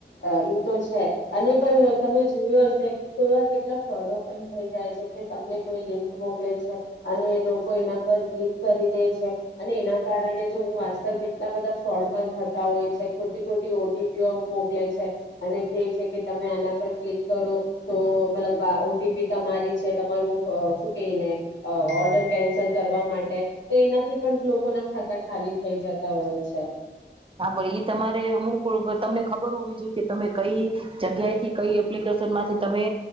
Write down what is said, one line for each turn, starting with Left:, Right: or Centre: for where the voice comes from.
Left: ઈ એ તો છે, અને પણ તમે જોયો હશે કોઈ વાર કેટલા ફ્રોડો પણ થઈ જાય છે કે તમને કોઈ લિંક મોકલે છે, અને લોકો એના પર ક્લિક કરી દે છે. અને એના કારણે જો હું આજકાલ કેટલા બધા ફ્રોડ પણ થતા હોય છે, ખોટી ખોટી ઓટીપીઓ મોકલે છે અને કે છે કે તમે આના પર ક્લિક કરો તો મતલબ આ ઓટીપી તમારી છે તમારું શું કને ઓર્ડર કેન્સલ કરવા માટે તો એનાથી પણ લોકો ના ખાતા ખાલી થઈ જતા હોય છે.
Right: હા પણ ઈ તમારે અમુક તમને ખબર હોવી જોઈએ કે તમે કઈ જગ્યા થી કઈ એપ્લિકેશન માંથી તમે